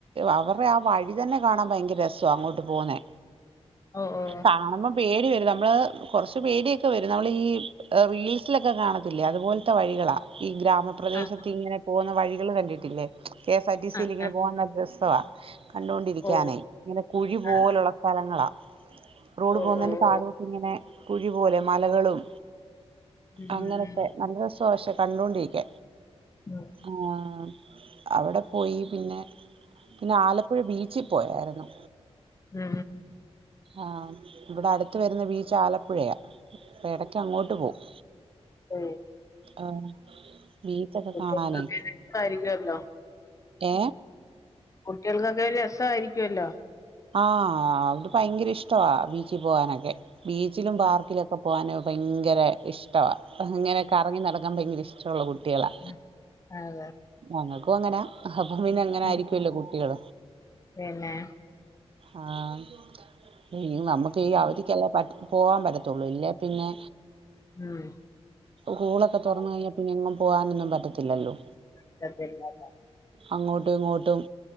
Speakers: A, on the right; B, on the left.
A: അവർടെ ആ വഴി തന്നെ കാണാൻ ഭയങ്കര രസ്വാ അങ്ങോട്ട് പോന്നേ.
B: ഓ ഓ
A: കാണുമ്പോ പേടി വരും നമ്മള് കുറച്ച് പേടിയൊക്കെ വരും നമ്മൾ ഈ റീൽസിലൊക്കെ കാണത്തില്ലേ അതുപോലത്തെ വഴികളാ ഈ ഗ്രമ പ്രദേശത്ത്
B: ആ
A: ഇങ്ങനെ പോകുന്ന വഴികൾ കണ്ടിട്ടില്ലേ കെ എസ് ആർ ടി സിയിൽ
B: ആ
A: ഇങ്ങനെ
B: ആ
A: പോകുന്ന രസവാ കണ്ടുകൊണ്ടിരിക്കാനേ
B: ഓ
A: ഇങ്ങനെ കുഴി പോലുള്ള
B: ആ ആ
A: സ്ഥലങ്ങളാ റോഡ്
B: ഓ
A: പോകുന്നതിന്റെ
B: ഓ
A: താഴോട്ട
B: ഓ
A: ഇങ്ങനെ കുഴി പോലെ മലകളും
B: ഉം
A: അങ്ങനത്തെ
B: ഉം
A: നല്ല രസ പക്ഷെ കണ്ടോൊണ്ടിരിക്കെ
B: <unintelligible>
A: ആഹ് അവിടെ പോയി പിന്നെ പിന്നെ ആലപ്പുഴ ബീച്ചിൽ പോയായിരുന്നു
B: ഉം
A: ആഹ് ഇവിടെ അടുത്ത് വരുന്ന ബീച്ച് ആലപ്പുഴയാണ് ഇടക്ക് അങ്ങോട്ട് പോവും
B: ഓ
A: ആഹ് ബീച്ചൊക്കെ
B: കുട്ടികൾക്കൊക്കെ
A: കാണാനേ
B: <unintelligible>
A: ഏ
B: കുട്ടികൾക്കൊക്കെ രസമായിരിക്കുമല്ലോ
A: ആഹ് അത് ഭയങ്കര ഇഷ്ടവാ ബീച്ചിൽ പോവാനൊക്കെ ബീച്ചിലും പാർക്കിലുംക്കെ
B: ഉം
A: പോകാൻ ഭയങ്കര ഇഷ്ടമാണ് അങ്ങനെയൊക്കെ ഇറങ്ങി നടക്കാൻ ഭയങ്കര ഇഷ്ടമുള്ള കുട്ടി കുട്ടികളാ
B: ഉം അതെ
A: ഞങ്ങൾക്കും അങ്ങനാ അപ്പം പിന്നെ അങ്ങനെ
B: ഉം
A: ആയിരിക്കുമല്ലോ കുട്ടികൾ
B: പിന്നെ
A: ആഹ് നമ്മുക്ക് ഈ അവധിക്കല്ലാം പറ്റു പോകാൻ പറ്റത്തുള്ളൂ ഇല്ലേ പിന്നെ
B: ഉം
A: സ്കൂളൊക്കെ
B: ആ
A: തുറന്ന് കഴിഞ്ഞ പിന്നെ അങ്ങങ് പോകാനൊന്നും പറ്റത്തില്ലല്ലോ
B: <inaudible>
A: അങ്ങോട്ടും ഇങ്ങോട്ടും